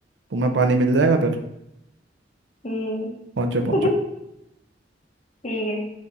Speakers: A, on the right (about 80°); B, on the left (about 40°).
A: तुम्हें पानी मिल जाएगा फिर
B: हम्म
A: पहुंचो
B: <laughs>
A: पहुंचो
B: ठीक है